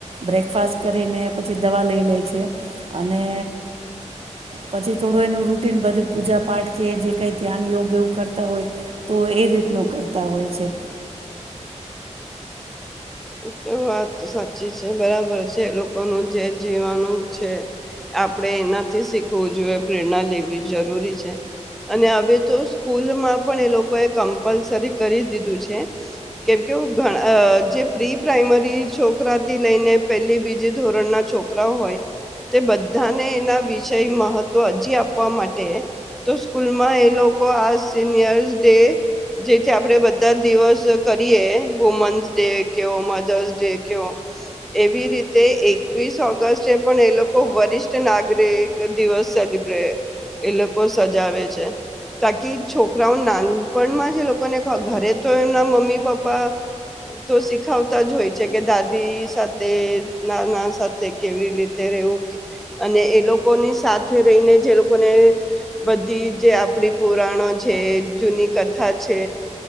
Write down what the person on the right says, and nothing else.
બ્રેકફાસ્ટ કરીને પછી દવા લઈ લે છે. અને પછી થોડું એનું રૂટીન બધી પૂજા પાઠ કે જે કંઈ ધ્યાન, યોગ એવું કરતા હોય તો, એ રીતનું કરતાં હોય છે.